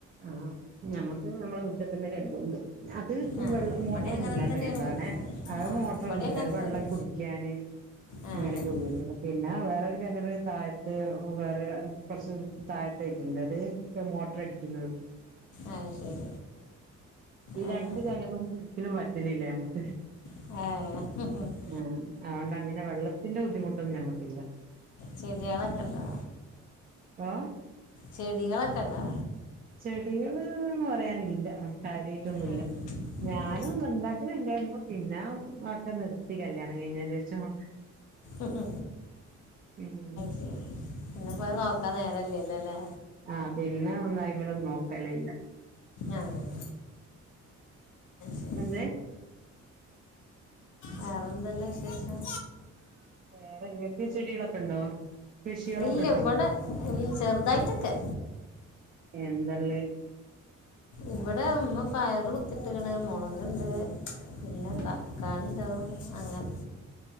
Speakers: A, on the right; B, on the left.
A: ആഹാ നമ്മക്ക് നമ്മളെ മുറ്റത്ത് തന്നെ കെണറുണ്ട് അത്
B: ആ
A: വെള്ള മോട്ടറൊന്നും
B: ഇവിടെ അങ്ങനെ
A: ഇല്ലാത്ത
B: തന്നെയാണ്
A: കെണറാണെ
B: മുറ്റത്ത് തന്നെ
A: അത്
B: ആ
A: മോട്ടറൊന്നുമല്ല
B: ഇവിടെ അങ്ങനെ
A: അത് വെള്ളം
B: തന്നെ
A: കുടിക്കാന്
B: ആ
A: അങ്ങനെയൊക്കെ ഉപയോഗിക്ക്ന്ന് പിന്നെ വേറൊരു കെണറ് താഴത്ത് വേറെ കൊറച്ച് താഴത്തെക്ക്‌ ഉണ്ട് അത് മോട്ടർടി- ഇന്ന്
B: ആഹ് ശരി
A: ഈ
B: ആ
A: രണ്ട്
B: ആ.
A: കെണറും ഒരിക്കലുംവറ്റലില്ല നമുക്ക്
B: ആഹ്
A: ആഹ് അതൊണ്ട് അങ്ങനെ വെള്ളത്തിന്റെ ബുദ്ധിമുട്ടൊന്നും ഞമ്മക്ക്‌ ഇല്ല
B: ചെടികളൊക്കെ ഉണ്ടോ
A: ഹലോ
B: ചെടികളൊക്കെയുണ്ടോ
A: ചെടികളെന്ന് പറയാനില്ല കാര്യായിട്ടൊന്നുല്ല
B: ആ
A: ഞാനും
B: അത്
A: ഉണ്ടാക്കല ഉണ്ടായിരുന്നു പിന്നെ ഒക്കെ നിർത്തി കല്യാണം കഴിഞ്ഞേൻ്റെ ശേഷം <inaudible>
B: അത്
A: ഉം
B: ശരി പിന്നെ ഇപ്പൊ അത് നോക്കാൻ നേരവില്ല അല്ലേ
A: ആഹ് പിന്നെ ഒന്നാ <unintelligible> യ്മേല ഒന്നും നോക്കൽ ഇല്ല.
B: ആഹ് ശരി
A: എന്തേ
B: വേറെ എന്തല്ലാം വിശേഷം?
A: വേറെ ഇങ്ങൾക്ക് ചെടികളൊക്കെ ഉണ്ടോ? കൃഷികളൊക്കെ
B: ഇല്ല
A: ഉണ്ടോ
B: ഇവിടെ ചെറുതായിട്ടൊക്കെ.
A: എന്താ ഉള്ളെ
B: ഇവിടെ ഉമ്മ പയറ് കുത്തിട്ടേക്കണ് മൊളകുണ്ട്. പിന്നെ
A: ആ
B: തക്കാളി ഉണ്ടാവും അങ്ങനെ.